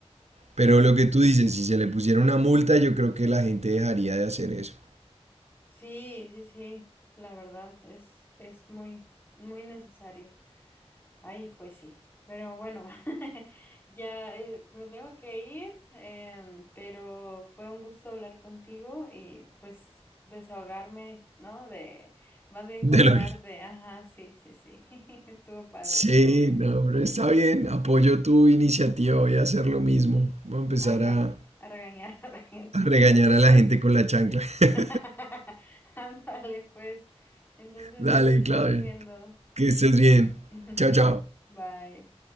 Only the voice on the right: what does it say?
Pero
lo que
tú dices, si se le pusiera una multa, yo creo que la gente dejaría de hacer eso.
<laughs>
De lo que
Sí,
no, pero está bien. Apoyo tu iniciativa. Voy a hacer lo mismo. Voy a empezar
a,
a regañar a la gente con la chancla. <laughs>
Dale,
Claudia.
Que estés bien.
Chao, chao.